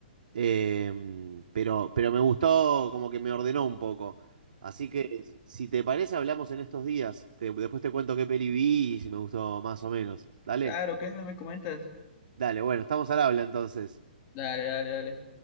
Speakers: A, on the right; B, on the left.
A: Em, pero, pero me gustó, como que me ordenó un poco. Así que, si si te parece, hablamos en estos días. Te- después te cuento qué peli vi y si me gustó más o menos. Dale,
B: Claro, claro, me comentas.
A: dale, bueno, estamos al habla entonces.
B: Dale, dale, dale.